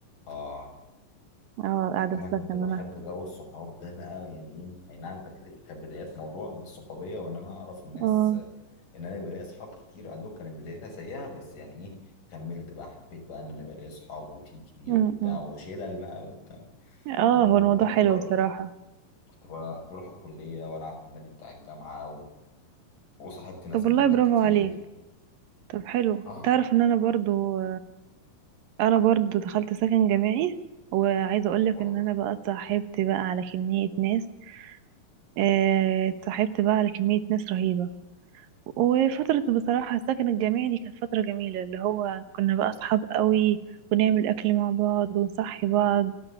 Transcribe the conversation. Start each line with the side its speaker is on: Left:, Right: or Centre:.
Left: اه
Right: اه قاعدة
Left: انا
Right: بستسلم
Left: كنت بحب
Right: انا
Left: جو الصحاب ده بقى يعني ايه اي نعم كانت كانت بدايات موضوع الصحوبيه وان انا اعرف الناس
Right: اه
Left: ان انا يبقى ليا اصحاب كتير عندهم كانت بدايتها سيئه بس يعني ايه كملت بقى حبيت بقى ان انا يبقى ليا اصحاب وتيم كبير
Right: م-
Left: وبتاع
Right: م.
Left: وشلل بقى وبتاع
Right: اه
Left: وكنت
Right: هو الموضوع حلو
Left: برضه
Right: بصراحة
Left: كنت ب- بروح الكلية وألعب في النادي بتاع الجامعة و... وصاحبت ناس
Right: طب والله
Left: من بلاد
Right: برافو
Left: كتير
Right: عليك طب حلو
Left: اه
Right: تعرف ان انا برضو انا برضو دخلت سكن جامعي وعايزة اقولك
Left: والله
Right: ان انا بقى اتصاحبت بقى على كمية ناس آه، اتصاحبت بقى على كمية ناس رهيبة وفترة بصراحة السكن الجامعي دي كانت فترة جميلة اللي هو كنا بقى اصحاب قوي ونعمل اكل مع بعض ونصحي بعض